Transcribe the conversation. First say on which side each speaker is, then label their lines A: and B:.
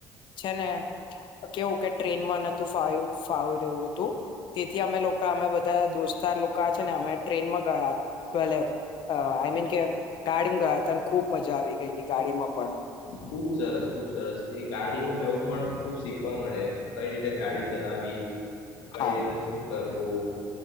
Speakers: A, on the left; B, on the left.
A: છે ને કેવું કે ટ્રેનમાં નાતું ફાવી રહ્યું હતું તેથી અમે લોકો અમે બધા દોસ્ત દોસ્તાર લોકો છે ને અમે ટ્રેનમાં ગયા પેલ આઈ મીન કે ગાડીમાં ગયા હતા ખુબ મજા આવી ગયેલી ગાડીમાં પણ
B: ખુબ સરસ ખુબ સરસ એ ગાડીમાં જવું પણ ખુબ શીખવા મળે કઈ રીતે ગાડી ચલાવી કઈ
A: હા
B: રીતે શું કરવું